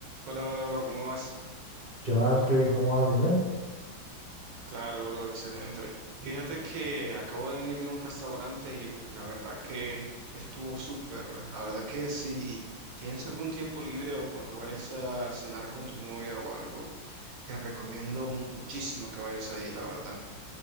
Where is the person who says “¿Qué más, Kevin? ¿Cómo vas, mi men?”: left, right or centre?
Right